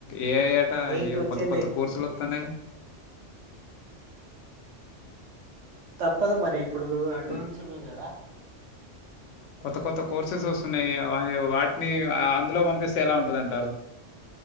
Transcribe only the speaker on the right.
నీట్
ఒచ్చింది.
తప్పదు మరి ఇప్పుడు అడ్వాన్స్
ఉంటుంది గదా